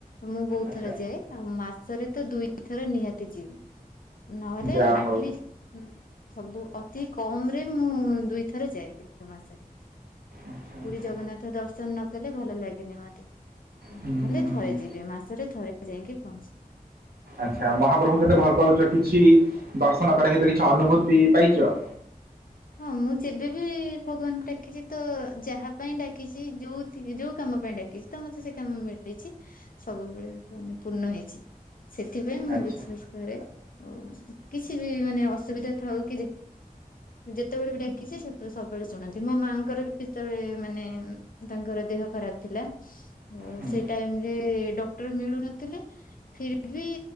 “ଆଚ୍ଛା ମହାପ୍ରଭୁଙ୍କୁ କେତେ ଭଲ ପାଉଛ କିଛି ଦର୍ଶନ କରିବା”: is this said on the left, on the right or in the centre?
Right